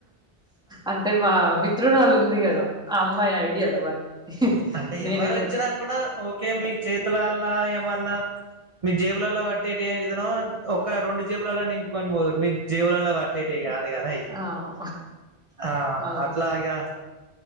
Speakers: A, in the centre; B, on the right (about 35°).
A: అంటే మా మిత్రురాలుు ఉంది కదా ఆ అమ్మాయి ఐడియాలు అవన్నీ
B: అంటే
A: నేనేమో
B: ఎవరు వచ్చినా కూడా ఓకే మీ చేతి లలా ఏమన్నా మీ జేబులలో బట్టేటి విధో ఒక రెండు జేబులలో ని కొని పోడూరు మీ జీవులల్లో పట్టేటివి కాదు కదా
A: అవు
B: ఆ
A: అవును
B: అట్లాగా